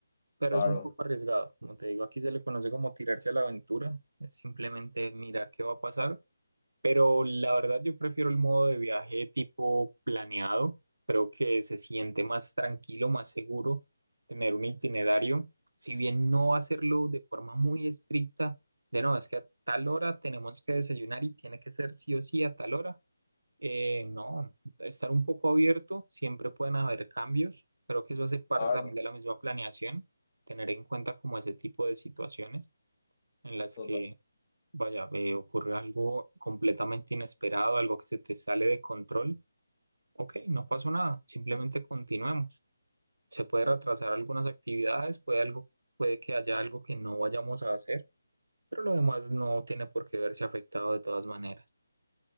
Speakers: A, on the right; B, on the left.
A: pero
B: Claro,
A: es un poco arriesgado, como te digo, aquí se le conoce como tirarse a la aventura, es simplemente mirar qué va a pasar, pero la verdad yo prefiero el modo de viaje tipo planeado, creo que se siente más tranquilo, más seguro tener un itinerario, si bien no hacerlo de forma muy estricta, de no, es que a tal hora tenemos que desayunar y tiene que ser sí o sí a tal hora eh, no, estar un poco abierto, siempre pueden haber cambios. Creo que eso hace parte
B: claro,
A: también de la misma planeación, tener en cuenta como ese tipo de situaciones en las
B: total.
A: que, vaya, eh, ocurre algo completamente inesperado, algo que se te sale de control. Ok, no pasó nada, simplemente continuemos. Se puede retrasar algunas actividades, puede algo, puede que haya algo que no vayamos a hacer, pero lo demás no tiene por qué verse afectado de todas maneras.